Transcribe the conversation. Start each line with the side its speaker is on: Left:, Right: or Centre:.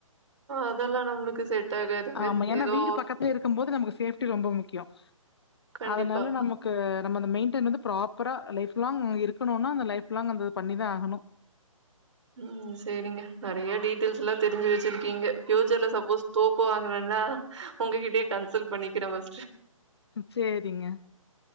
Right: அதெல்லா நம்மளுக்கு செட் ஆகாதுங்க.
Left: ஆமா ஏன்னா
Right: ஏதோ
Left: வீடு பக்கத்லயே இருக்கும்போது நமக்கு சேஃப்டி ரொம்ப முக் க்கியொ
Right: கண்டிப்பா.
Left: அதனால நமக்கு நம்ம அந்த மெயின்டைன் வந்து ப்ராப்பரா லைஃப் லாங் இருக்கணுன்னா அந்த லைஃப் லாங் அத பண்ணிதா ஆகணு
Right: ம் செரிங்க நெறையா டீட்டெயில்ஸ்லா தெரிஞ்சு வெச்சிருக்கிங்க ப்யூச்சர்ல சப்போஸ் தோப்பு வாங்கர நா உங்ககிட்டயே கன்சல்ட் பண்ணிக்கறே ஃபஸ்ட்டு
Left: சேரிங்க